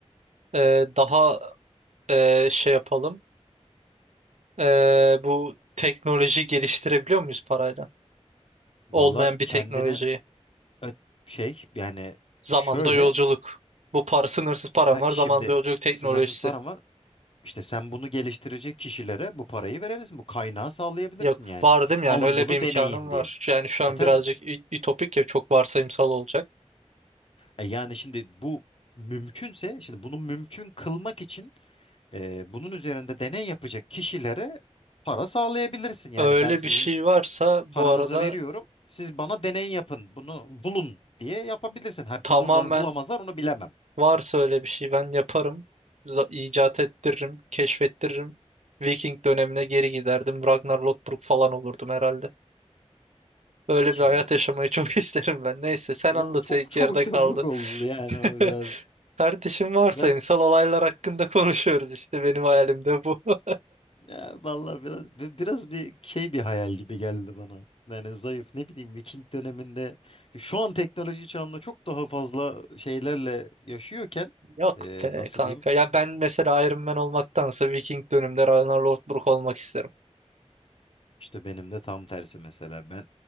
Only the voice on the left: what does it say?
Valla
kendini
ö- şey yani
şöyle
ha,
şimdi
sınırsız paran var. İşte sen bunu geliştirecek kişilere bu parayı verebilirsin. Bu kaynağı sağlayabilirsin
yani.
Alın
bunu
deneyin
diye.
E tabi.
E yani şimdi bu mümkünse, şimdi bunu mümkün kılmak için e, bunun üzerinde deney yapacak kişilere para sağlayabilirsin. Yani
ben sizin
paranızı
veriyorum, siz bana deney yapın, bunu bulun diye yapabilirsin. Ha
bulurlar bulamazlar onu bilemem.
Şimdi
o,
o
çok
çok
ütopik
oldu yani
o biraz.
Ben
Ya vallahi biraz bi- biraz bir şey bir hayal gibi geldi bana. Yani zayıf ne bileyim Viking döneminde şu an teknoloji çağında çok daha fazla şeylerle yaşıyorken
e,
nasıl
diyeyim?
işte benim de tam tersi mesela ben